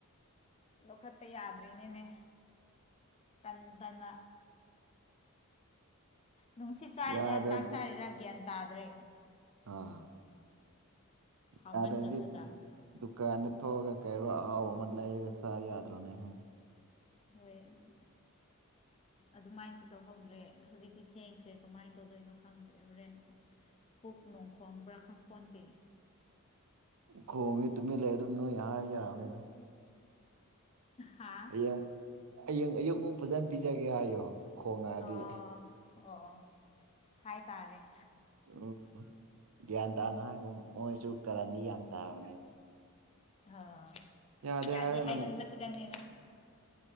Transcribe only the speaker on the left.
ꯂꯧꯈꯠꯄ ꯌꯥꯗ꯭ꯔꯤꯅꯤꯅꯦ ꯇꯟ ꯇꯟꯅꯥ ꯅꯨꯡꯁꯤꯠ ꯆꯥꯔꯤꯔꯥ
ꯆꯥꯛ ꯆꯥꯔꯤꯔꯥ ꯒ꯭ꯌꯥꯟ ꯇꯥꯗ꯭ꯔꯦ
ꯍꯥꯎꯃꯟꯗꯕꯗꯨꯗ
ꯃꫭꯏ ꯑꯅꯤ ꯑꯗꯨꯃꯥꯏꯅꯁꯨ ꯇꯧꯍꯧꯗ꯭ꯔꯦ ꯍꯧꯖꯤꯛꯇꯤ ꯊꯦꯡꯈ꯭ꯔꯦ ꯀꯃꯥꯏꯅ ꯇꯧꯗꯣꯏꯅꯣ ꯈꯪꯗ꯭ꯔꯦ ꯍꯣꯔꯦꯟ ꯄꯨꯛ ꯅꯨꯡ ꯈꯣꯡꯕ꯭ꯔꯥ ꯈꯪꯄꯣꯟꯇ‌ꯦ
ꯍꯥ
ꯑꯣ ꯑꯣ ꯑꯣ ꯍꯥꯏꯇꯥꯔꯦ
ꯑꯥ
ꯌꯥꯗ‌ꯦ
ꯍꯥꯏꯒꯟꯕꯁꯤꯗꯅꯤꯅꯦ